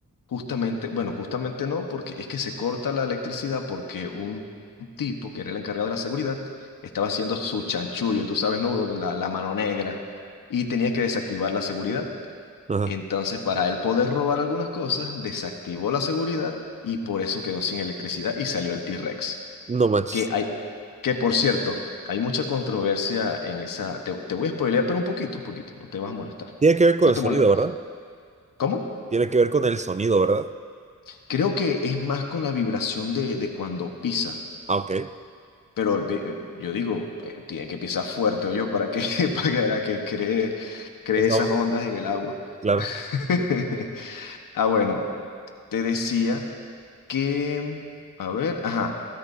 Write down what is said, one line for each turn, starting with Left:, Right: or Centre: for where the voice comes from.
Left: justamente, bueno, justamente no, porque es que se corta la electricidad porque un, un tipo que era el encargado de la seguridad estaba haciendo su chanchullo, tú sabes, ¿no? La, la mano negra y tenía que desactivar la seguridad.
Right: Ajá,
Left: Entonces, para él poder robar algunas cosas, desactivó la seguridad y por eso quedó sin electricidad y salió el T-Rex.
Right: no manches.
Left: Que hay, que por cierto, hay mucha controversia en esa. Te, te voy a spoilear, pero un poquito, un poquito, no te vas a molestar.
Right: Tiene que ver con
Left: No
Right: el
Left: te
Right: sonido,
Left: molest...
Right: ¿verdad?
Left: ¿Cómo?
Right: Tiene que ver con el sonido, ¿verdad?
Left: Creo que es más con la vibración de, de cuando pisa.
Right: Ah, ok,
Left: Pero ve- yo digo, eh, tiene que pisar fuerte o yo para que, <laughs> para que cree, cree
Right: esa
Left: esas
Right: onda,
Left: ondas en el agua.
Right: claro,
Left: <laughs> Ah, bueno. te decía que, a ver, ajá,